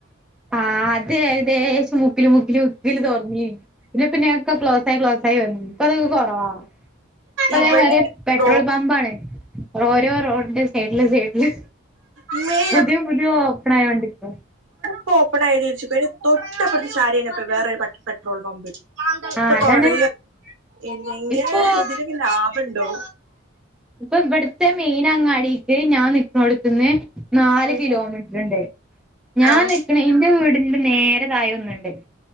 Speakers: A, in the centre; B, on the right.
A: ആ അതെ അതെ മുക്കില് മുക്കില് മുക്കില് തോർന്നി പിന്നെ പിന്നെ ഒക്കെ ക്ലോസ് ആായി ക്ലോസ് ആായി വന്നു അപ്പ അതൊക്കെ കുറവാ അ അതേമാ
B: ഇവിടെ
A: പെട്രോൽ
B: ബ്രോ
A: പമ്പ ആേ ഓരോ റോഡിന്റെ സൈഡില് സൈഡില്
B: മ്മേ
A: പുതിയോ പുതിയോ ഓപ്പണായികൊണ്ടിക്കും
B: ഇപ്പ ഓപ്പ ആതിച്ചു തൊട്ടപ്പുറത്തു ചാരിനപ്പ വേറെ പെട്രോൾ പമ്പ് ഇ
A: ആ അതാണ്
B: <inaudible> തുടങ്ങ ഇങ്ങനെ
A: ഇപ്പോ
B: ഇതിലൊക്കെ ലാഭ <inaudible> ഉണ്ടോ
A: ഇപ്പൊ ഇവിടുത്തെ മെയിൻ <inaudible> ഞാൻ ടുത്ത്ന്ന് നാല്
B: ഉം
A: കിലോമീറ്റർ ഉണ്ട് ഞാൻ
B: ആഹ്
A: നിക്കണ എന്റെ വീടിന്റെ നേരതായ ഒന്ന് രണ്ട്